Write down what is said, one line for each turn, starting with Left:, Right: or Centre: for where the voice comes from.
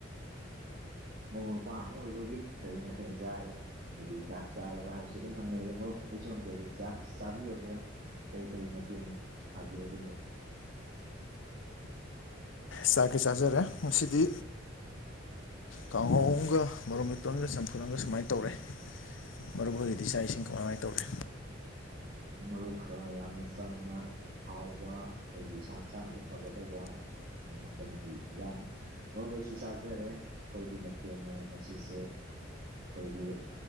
Right: ꯃꯔꯨꯞ ꯃꯄꯥꯡ ꯑꯃ ꯑꯣꯏꯕꯒꯤ ꯀꯔꯤ ꯃꯊꯦꯜ ꯆꯥꯔꯦ ꯍꯥꯏꯗꯤ ꯆꯥꯛ ꯆꯥꯔꯕ ꯍꯥꯏꯕꯁꯤ ꯑꯗꯨꯝ ꯍꯪꯅꯩ ꯑꯗꯨ ꯑꯩ ꯁꯣꯝꯗꯒ ꯆꯥꯛ ꯆꯥꯕꯤꯔꯕ꯭ꯔꯥ ꯀꯔꯤ ꯀꯔꯤ ꯃꯊꯦꯜ ꯊꯕꯤꯔꯒꯅꯤ <inaudible>
Left: ꯆꯥꯛꯇꯤ ꯆꯥꯖꯔꯦ ꯉꯁꯤꯗꯤ ꯀꯥꯡꯍꯧꯃꯒ ꯃꯔꫭꯛ ꯃꯦꯠꯄꯥꯃꯒ ꯆꯝꯐꯨꯨꯠ ꯑꯃꯒ ꯁꯨꯃꯥꯏꯅ ꯇꯧꯔꯦ ꯃꯔꯨꯣꯏꯒꯤꯗꯤ ꯆꯥꯛ ꯏꯁꯤꯡ ꯀꯃꯥꯏꯀꯃꯥꯏꯅ ꯇꯧꯔꯦ
Right: ꯃꯔꯨꯞ ꯑ ꯌꯥꯝꯅ ꯆꯝꯅ ꯍꯥꯎꯕ ꯑꯩꯈꯗꯤ ꯏꯁꯥ ꯍꯛꯆꯥꯡꯁꯨ ꯐꯒꯗꯕ ꯃꯈꯜꯒꯤ ꯏꯟꯖꯥꯡꯅꯤ ꯍꯣꯏ ꯑꯩꯁꯨ ꯆꯥꯖꯔꯦ ꯑꯩꯈꯣꯏꯒꯤ ꯃꯊꯦꯜꯅ ꯉꯁꯤꯁꯦ ꯑꯩꯈꯣꯏꯒꯤ